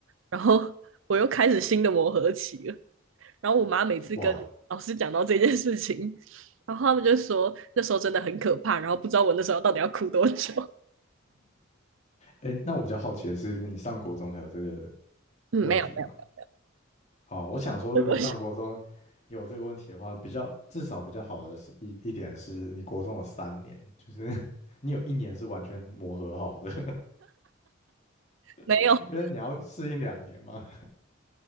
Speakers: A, on the right; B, on the left.
A: 然后我又开始新的磨合期了。然后我妈每次跟老师讲到这件事情，
B: 哇，
A: 然后他们就说那时候真的很可怕，然后不知道我那时候到底要哭多久。
B: 哎，那我比较好奇的是，你上国中还有这个
A: 嗯，
B: 问题吗？
A: 没有没有
B: 好，我想说，
A: <laughs>
B: 如果上国中有这个问题的话，比较至少比较好的是一一点是你国中有三年，就是 <laughs> 你有一年是完全磨合好的，
A: 没有，
B: <laughs> 因为你要适应两年嘛。